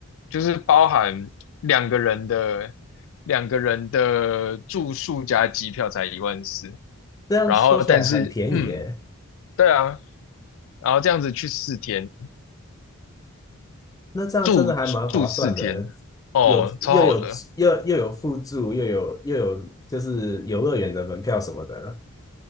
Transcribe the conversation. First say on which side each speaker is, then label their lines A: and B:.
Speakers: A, on the left; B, on the left.
A: 就是包含两个人的两个人的住宿加机票才一万四，
B: 这样说起来很便宜耶。
A: 然后但是嗯，对啊，然后这样子去四天，
B: 那这样真的还蛮划算的，
A: 住住四天，哦，
B: 有又有又又有附住，
A: 超好的，
B: 又有又有就是游乐园的门票什么的，